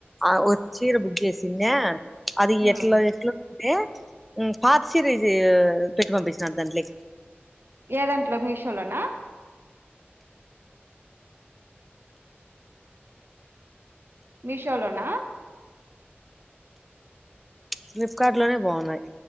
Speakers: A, in the centre; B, on the right.
A: ఆ ఓ చీర బుక్ చేసింన్యా అది
B: మ్మ్
A: ఎట్లా ఎట్లో ఏ ఉమ్ పాత చీర ఇది పెట్టి పంపించినాడు దంట్లే
B: ఏదంట్లో మీషోలోనా మీ షో లోనా
A: ఫ్లిప్కార్ట్ లోనే బాగున్నాయి